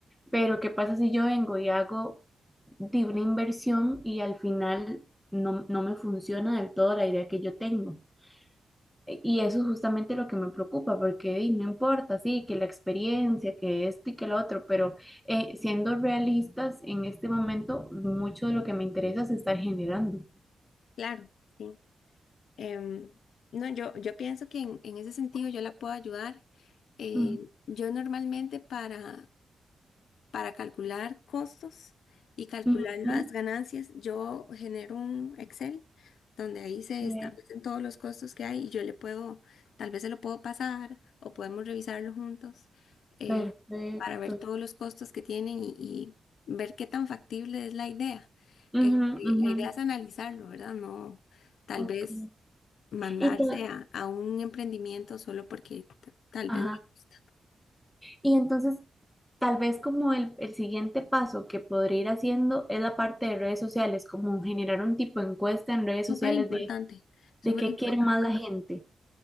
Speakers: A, in the centre; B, on the left.
A: pero ¿qué pasa si yo vengo y hago de una inversión y al final no, no me funciona del todo la idea que yo tengo? E- Y eso es justamente lo que me preocupa, porque di, no importa, sí, que la experiencia, que esto y que lo otro, pero eh, siendo realistas, en este momento mucho de lo que me interesa es estar generando.
B: Claro, sí. Em, no, yo, yo pienso que en, en ese sentido yo la puedo ayudar. Eh,
A: Ujú.
B: yo normalmente para para calcular costos y calcular
A: Ujú.
B: las ganancias, yo genero un Excel donde ahí se
A: Bien,
B: establecen todos los costos que hay y yo le puedo, tal vez se lo puedo pasar o podemos revisarlo juntos eh,
A: perfecto.
B: para ver todos los costos que tienen y, y ver qué tan factible es la idea.
A: Ujú,
B: Este,
A: ujú,
B: la idea es analizarlo, ¿verdad? No, tal
A: ok.
B: vez mandarse
A: Y, ta-
B: a, a un emprendimiento solo porque t- tal
A: ajá.
B: vez me gusta.
A: Y entonces, tal vez como el, el siguiente paso que podría ir haciendo es la parte de redes sociales, como generar un tipo de encuesta en redes
B: Súper
A: sociales
B: importante.
A: de,
B: Súper
A: de qué
B: importante
A: quiere más la gente.